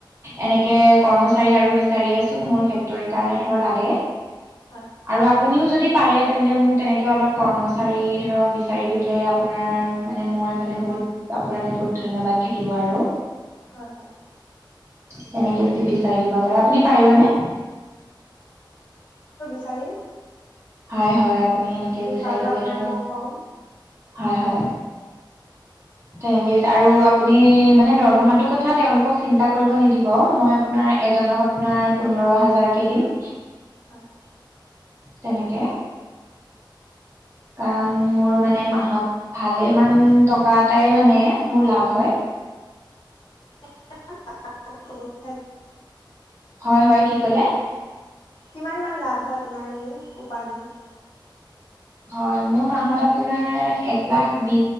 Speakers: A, on the right (about 35°); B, on the left (about 70°).
A: এনেকৈ কৰ্মচাৰী আৰু বিচাৰি আছোঁ মোৰ ফেক্টৰীত কাৰণে ধৰ লগে,
B: হয়
A: আৰু আপুনিও য যদি পাৰে তেনেহলে মোক তেনেকৈ অলপ কৰ্মচাৰী ধৰক বিচাৰি দিবলৈ আপোনাৰ মানে মই ম বহুত আপোনালৈ বহুত ধন্যবাদ থাকিব আৰু।
B: হয় হয়।
A: তেনেকে যদি বিচাৰি দিব পাৰে, আপুনি পাৰিবনে?
B: চাৰিম
A: হয় হয় আপুনি অনেকে বিচাৰি
B: পাৰো
A: দিলে
B: আপোনাক
A: ধৰক,
B: মই ক'ম
A: হয় হয়। তেনেকে আৰু আপুনি মানে দৰমহাটো কথা তেওঁলোকক চিন্তা কৰিব নিদিব, মই আপোনাৰ এজনক আপোনাৰ পোন্ধৰ হাজাৰ কে দিম।
B: হয়।
A: তেনেকে। কাৰণ মোৰ মানে মাহত ভালেমান টকা এটাই মানে মোৰ লাভ হয়।
B: <unintelligible> হ'ব
A: হয় হয়, কি কলে?
B: কিমান মান লাভ হয় আপোনাৰ এনে উপাৰ্জন।
A: হয়, মোৰ মাহত আপোনাৰ এক লাখ বি